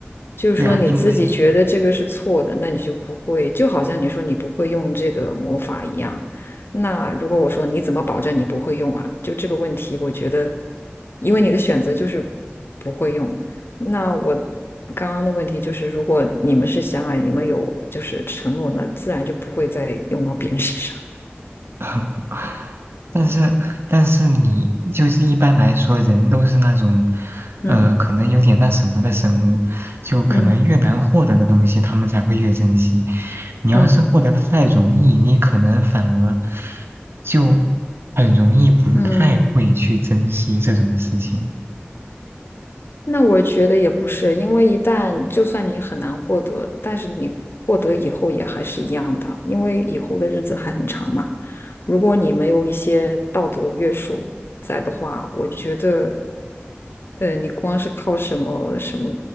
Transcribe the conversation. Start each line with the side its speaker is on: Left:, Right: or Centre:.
Left: 就是说你自己觉得这个是错的，
Right: 对啊，因为
Left: 那你就不会，就好像你说你不会用这个魔法一样。那如果我说你怎么保证你不会用啊？就这个问题，我觉得，因为你的选择就是不会用。那我刚刚的问题就是，如果你们是相爱，你们有就是承诺，那自然就不会再用到别人身上。
Right: <laughs> 但是，但是你就是一般来说，人都是那种，
Left: 嗯
Right: 呃，可能有点那什么的生物，就可能越难获得的东西，
Left: 嗯
Right: 他们才会越珍惜。你要是获得的太容易，
Left: 嗯
Right: 你可能反而就很容易不太会去珍惜这种事情。
Left: 嗯。那我觉得也不是，因为一旦就算你很难获得，但是你获得以后也还是一样的，因为以后的日子还很长嘛。如果你没有一些道德约束在的话，我觉得，呃，你光是靠什么什么